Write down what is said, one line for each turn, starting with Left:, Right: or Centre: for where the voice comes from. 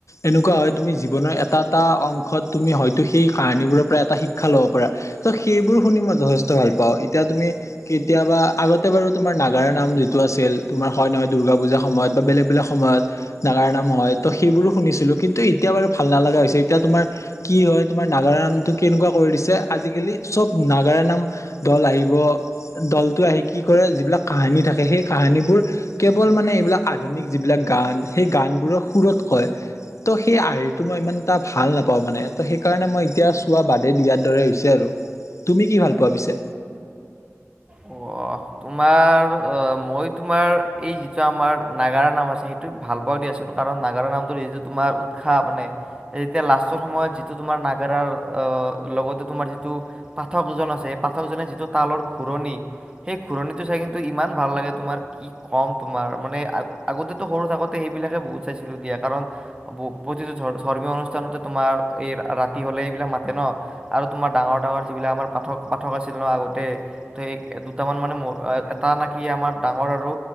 Left: এনেকুৱা হয় তুমি জীৱনৰ এটা এটা অংশত তুমি হয়তো সেই কাহানীবোৰৰ পৰা এটা শিক্ষা ল'ব পাৰা। ত' সেইবোৰ শুনি মই যথেষ্ট ভাল পাও এতিয়া তুমি কেতিয়াবা আগতে বাৰু তুমাৰ নাগাৰা নাম যিটো আছিল তোমাৰ হয় নহয় দুৰ্গা পূজাৰ সময়ত বা বেলেগ বেলেগ সময়ত নাগাৰ নাম হয় ত' সেইবোৰো শুনিছিলোঁ কিন্তু এতিয়া বাৰু ভাল নলগা হৈছে এতিয়া তোমাৰ কি হয় তোমাৰ নাগাৰা নামটো কেনেকুৱা কৰি দিছে আজিকালি চব নাগাৰা নাম দল আহিব দলটো আহি কি কৰে যিবিলাক কাহানী থাকে সেই কাহানীবোৰ কেৱল মানে এইবিলাক আধুনিক যিবিলাক গান সেই গানবোৰৰ সুৰত কয়। ত' সেই আৰ্হিটো মই ইমান এটা ভাল নাপাওঁ মানে ত' সেইকাৰণে মই এতিয়া চোৱা বাদে দিয়াৰ দৰে হৈছে আৰু। তুমি কি ভাল পোৱা পিছে?
Right: অ' তোমাৰ অ' মই তোমাৰ এই যিটো আমাৰ নাগাৰ নাম আছে সেইটো ভাল পাও দিয়াচোন কাৰণ নাগাৰা নামটোৰ যিটো তোমাৰ উৎসাহ মানে তেতিয়া লাষ্টৰ সময়ত যিটো তোমাৰ নাগাৰাৰ লগতে তোমাৰ যিটো পাঠকজন আছে পাঠকজনে যিটো তালৰ ঘূৰণি। সেই ঘূৰণিটো চাইকিনটো ইমান ভাল লাগে তোমাৰ কি ক'ম তোমাৰ মানে আ-আগতেতো সৰু থাকোতে তে সেইবিলাকে বহুত চাইছিলোঁ দিয়া কাৰণ প্ৰতিটো ধৰ্মীয় অনুষ্ঠানতে তোমাৰ এই ৰাতি হলে এইবিলাক মাতে ন'। আৰু তোমাৰ ডাঙৰ ডাঙৰ যিবিলাক আমাৰ পাঠক পাঠক আছিল ন আগতে ত' সেই কটামান মানে এটা নেকি আমাৰ ডাঙৰ আৰু